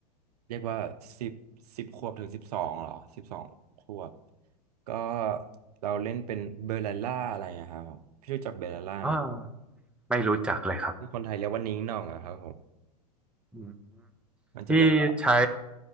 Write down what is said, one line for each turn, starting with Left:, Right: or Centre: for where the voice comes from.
Right: เรียกว่าสิบสิบขวบถึงสิบสองหรอสิบสองขวบก็เราเล่นเป็นเบลล่าอะไรอะครับผมพี่รู้จักเบลล่าไหม
Centre: เอ่ไม่รู้จักเลยครับ
Right: ที่คนไทยเรียกว่านิ้งหน่องอะครับผม
Centre: อืม
Right: มันจะแบบว่า
Centre: ที่ใช้